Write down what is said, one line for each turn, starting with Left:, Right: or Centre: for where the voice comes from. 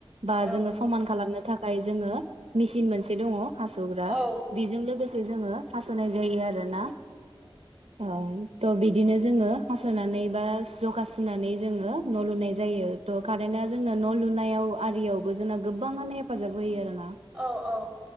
Right: बा
Centre: औ
Right: जोङो समान खालामनो थाख थाखाय जोङो मेसिन मोनसे दंङ। हास'ग्रा
Centre: औ
Right: बेजों लोगोसे ज-जोङो हास नाय जायो आरो ना। औ। थ बिदिनो जोङो हास नानै बा जखा सुनानै जोङो न लुनाय जायो थ कारेन्टआ जोंनो न लुनायाव आरियावबो जोंना गोबाङानो हेफाजाब होयो आरो ना
Centre: औ औ।